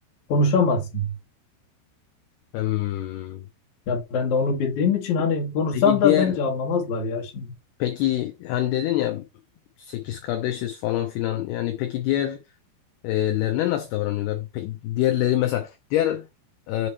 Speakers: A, on the left; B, on the left.
A: konuşamazsın.
B: Hmm.
A: Ya ben de onu bildiğim için hani konuşsam
B: Peki
A: da
B: diğer
A: bence anlamazlar ya şimdi.
B: Peki hani dedin ya 8 kardeşiz falan filan yani peki diğerlerine nasıl davranıyorlar? Pe- diğerleri mesela diğer e,